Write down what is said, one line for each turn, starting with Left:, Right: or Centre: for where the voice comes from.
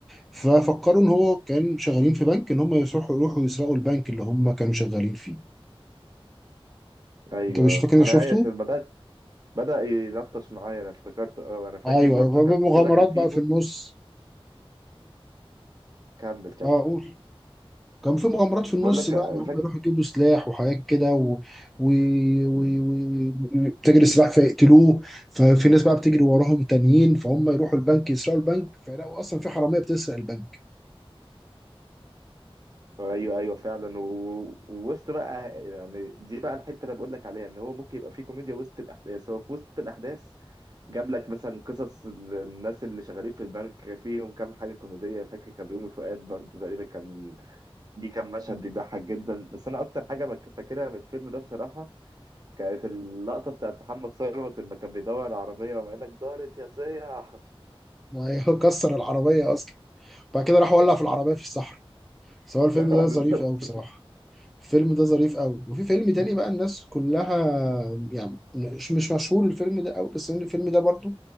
Centre: ففكروا إن هو كان شغالين في بنك إن هم يروحوا يروحوا يسرقوا البنك اللي هم كانوا شغالين فيه
Right: ايوه
Centre: أنت مش فاكر
Right: آه.
Centre: إنك
Right: انا
Centre: شفته؟
Right: ايوه بدات بدا يلطش معايا انا افتكرت اه انا فاكر
Centre: أيوه
Right: برضو
Centre: أيوه
Right: كان
Centre: مغامرات
Right: في واحد فيهم
Centre: بقى في النص
Right: كمل كمل
Centre: أه قول كان في مغامرات في النص
Right: بقول لك
Centre: بقى ان هم
Right: فاكر
Centre: يروحوا يجيبوا سلاح وحاجات كده و... و... و... و... تجري السلاح فيقتلوه ففي ناس بقى بتجري وراهم تانيين فهم يروحوا البنك يسرقوا البنك فيلاقوا اصلا في حراميه بتسرق البنك
Right: ايوه ايوه فعلا و- ووسط بقى يعني دي بقى الحته اللي بقول لك عليها ان هو ممكن يبقى في كوميديا وسط الاحداث هو في وسط الاحداث جاب لك مثلا قصص ال- الناس اللي شغالين في البنك فيهم كام حاجه كوميديه فاكر كان بيومي فؤاد برضه تقريبا كان دي كان مشهد بيضحك جدا بس انا اكتر حاجه مك- فاكرها من الفيلم ده بصراحه كانت اللقطه بتاعت محمد ثروت لما كان بيدور على عربيه وقال لك دارت يا سيح
Centre: <laughs> ما هي كسر العربيه اصلا بعد كده راح ولع في العربيه في الصحراء سواء الفيلم
Right: <laughs>
Centre: ده ظريف
Right: بالظبط
Centre: قوي بصراحه الفيلم ده ظريف قوي وفي فيلم تاني بقى الناس كلها يعني مش مش مشهور الفيلم ده قوي بس الفيلم ده برضو من